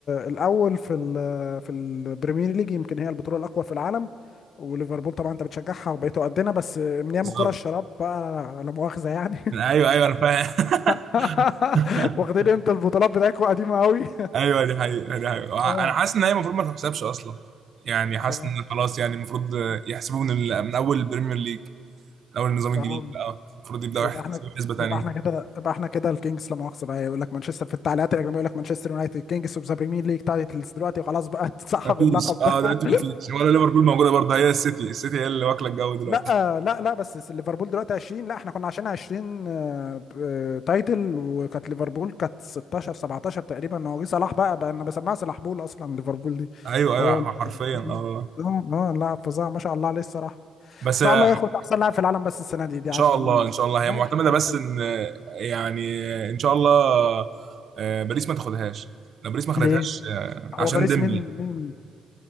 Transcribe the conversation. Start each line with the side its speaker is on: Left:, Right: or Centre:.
Left: الاول في ال... في البريمير ليج يمكن هي البطوله الاقوى في العالم وليفربول طبعا انت بتشجعها وبقيتوا قدنا بس من ايام
Right: بالظبط
Left: كره الشراب بقى لا مؤاخذه يعني
Right: ايوه ايوه انا فاهم
Left: <laughs>
Right: <laughs>
Left: واخدين انت البطولات بتاعتكم قديمه قوي
Right: ايوه دي حقيقة دي حقيقة
Left: <laughs>
Right: وع-
Left: اه
Right: انا حاسس ان هي المفروض ما تحسبش اصلا يعني حاسس
Left: ف...
Right: ان خلاص يعني المفروض يحسبوا من ال... من اول البريمير ليج من اول النظام الجديد
Left: اه
Right: بقى المفروض يبداوا
Left: يبقى
Right: يحسبوا
Left: احنا
Right: حسبة تانية
Left: يبقى احنا كده يبقى احنا كده الكينجز لا مؤاخذه بقى يقول لك مانشستر في التعليقات الاجنبيه يقول لك مانشستر يونايتد كينجز اوف ذا بريمير ليج تايتلز دلوقتي خلاص بقى <laughs> تسحب
Right: ما فيش
Left: اللقب
Right: اه
Left: ده
Right: دلوقتي
Left: <laughs>
Right: ما فيش ولا ليفربول موجودة برضه هي السيتي السيتي هي اللي واكلة الجو دلوقتي
Left: لا لا لا بس ليفربول دلوقتي 20 لا احنا كنا عشان 20 آه، ب- آه، تايتل وكانت ليفربول كانت 16 17 تقريبا هو جه صلاح بقى بقى انا بسمعها صلاح بول اصلا ليفربول دي
Right: ايوه ايوه
Left: هو ال-
Right: حرفيا
Left: <laughs>
Right: اه
Left: اه اه لا فظاع ما شاء الله عليه الصراحه
Right: بس
Left: ان
Right: آه،
Left: شاء الله ياخد احسن لاعب في العالم بس السنه دي دي
Right: ان
Left: عشان
Right: شاء الله ان شاء الله
Left: ماشي
Right: هي معتمدة
Left: بجد
Right: بس ان آه، يعني آه، ان شاء الله آه، باريس ما تاخدهاش لو باريس ما خدتهاش
Left: ليه
Right: آه،
Left: هو
Right: عشان
Left: باريس
Right: ديمبلي
Left: من من